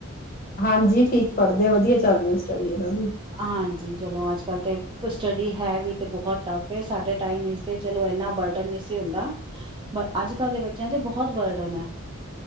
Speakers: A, on the left; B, on the right.
A: ਹਾਂਜੀ ਠੀਕ ਪੜ੍ਹਦੇ ਆ ਵਧੀਆ ਚੱਲਦੀ ਸਟੱਡੀ। ਇਹਨਾਂ ਦੀ
B: ਹਾਂਜੀ ਚਲੋ ਅੱਜ ਕੱਲ ਤੇ, ਕੇ ਕੁਛ ਟਾਈਮ <unintelligible> ਹੈ, ਵੀ ਤੇ ਬਹੁਤ ਟਫ ਹੈ। ਸਾਡੇ ਟਾਈਮ ਤੇ ਚਲੋ ਇੰਨਾ ਬਰਡਨ ਨਹੀਂ ਸੀ। ਹੁੰਦਾ ਪ ਅੱਜ ਕੱਲ੍ਹ ਦੇ ਬੱਚਿਆਂ ਤੇ ਬਹੁਤ ਬਰਡਨ ਹੈ।